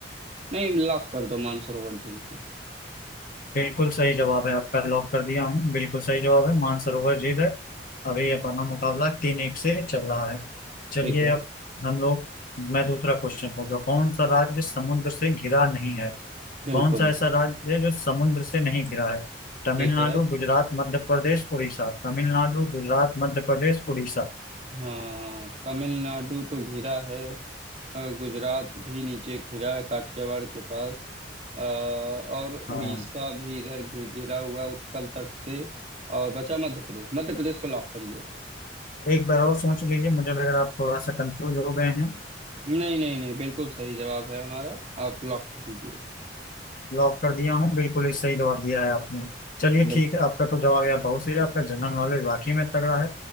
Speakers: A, on the right (about 35°); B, on the left (about 50°).
A: नहीं लॉक कर दो मानसरोवर झील को
B: बिल्कुल सही जवाब है आपका लॉक कर दिया हूँ बिल्कुल सही जवाब है मानसरोवर झील है अभी अपना मुकाबला तीन एक से चल रहा है चलिए
A: ठीक है
B: अब हम लोग मैं दूसरा क्वेश्चन पूछता हूँ। कौन सा राज्य समुद्र से घिरा नहीं है
A: बिल्कुल
B: कौन सा ऐसा राज्य है जो समुद्र से नहीं घिरा है तमिलनाडु
A: ठीक है
B: गुजरात मध्य प्रदेश उड़ीसा तमिलनाडु गुजरात मध्य प्रदेश उड़ीसा
A: हाँ तमिलनाडु तो घिरा है अ, गुजरात भी नीचे घिरा है काठियावाड़ के पास अ, और उड़ीसा
B: हाँ
A: भी इधर घि- घिरा हुआ है उत्कल तट से और बचा मध्य प्रदेश मध्य प्रदेश को लॉक करिए
B: एक बार और सोच लीजिए मुझे लग रहा है आप थोड़ा सा कंफ्यूज हो गए हैं
A: नहीं नहीं नहीं बिल्कुल सही जवाब है हमारा आप लॉक कर दीजिए
B: लॉक कर दिया हूँ बिल्कुल ही सही जवाब दिया है आपने चलिए
A: बिल्कुल
B: ठीक है आपका तो जवाब यार बहुत सही है आपका जनरल नॉलेज वाकई में तगड़ा है